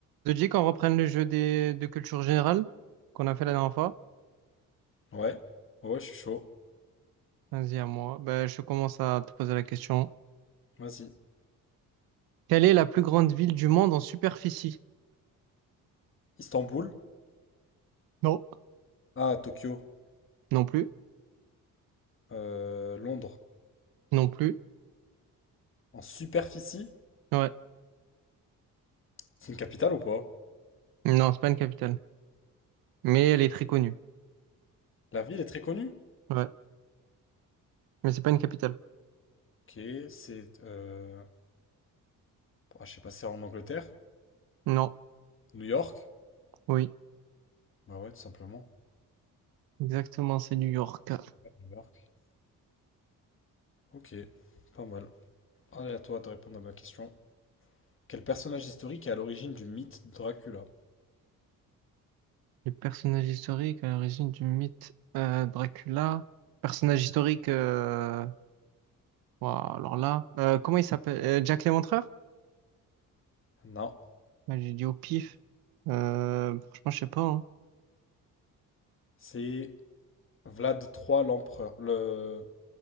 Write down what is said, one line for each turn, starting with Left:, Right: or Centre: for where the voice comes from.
Right: te dis qu'on reprenne le jeu des, de culture générale qu'on a fait la dernière fois?
Left: Ouais, ouais, ouais, je suis chaud.
Right: Vas-y, à moi. Ben, je commence à te poser la question.
Left: Vas-y.
Right: Quelle est la plus grande ville du monde en superficie?
Left: Istanbul.
Right: Non.
Left: Ah, Tokyo.
Right: Non plus.
Left: Euh, Londres.
Right: Non plus.
Left: En superficie?
Right: Ouais.
Left: C'est une capitale ou pas?
Right: Non, c'est pas une capitale. Mais elle est très connue.
Left: La ville est très connue.
Right: Ouais. Mais c'est pas une capitale.
Left: Ok, c'est... Euh... ah, je sais pas, c'est en Angleterre?
Right: Non.
Left: New York?
Right: Oui.
Left: Bah ouais, tout simplement.
Right: Exactement, c'est New York.
Left: Ouais, New York. Ok, pas mal. Allez, à toi de répondre à ma question. Quel personnage historique est à l'origine du mythe de Dracula?
Right: Les personnages historiques à l'origine du mythe euh, Dracula. Personnage historique. euh, ouah, alors là. euh, comment il s'appelle? Euh, Jack Léventreur?
Left: Non,
Right: Ouais, j'ai dit au pif. Euh, franchement, je sais pas. hein.
Left: c'est Vlad III l'empereur, le